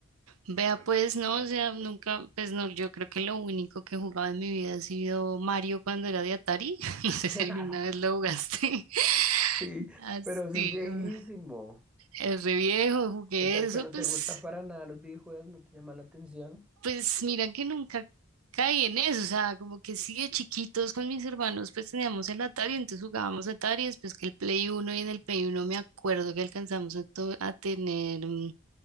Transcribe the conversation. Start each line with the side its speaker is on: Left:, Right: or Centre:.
Right: Vea, pues no, o sea, nunca, pues no, yo creo que lo único que he jugado en mi vida ha sido Mario cuando era de Atari. <laughs> No sé
Centre: <laughs>
Right: si alguna vez lo jugaste.
Centre: Sí,
Right: <laughs> Así,
Centre: pero eso es viejísimo.
Right: uh, es re viejo, jugué
Centre: O sea,
Right: eso,
Centre: que no
Right: pues,
Centre: te gusta para nada los videojuegos, no te llama la atención.
Right: pues mira que nunca caí en eso, o sea, como que sí de chiquitos con mis hermanos, pues teníamos el Atari, entonces jugábamos Atari, después que el Play Uno y en el Play Uno me acuerdo que alcanzamos a, to- a tener mm,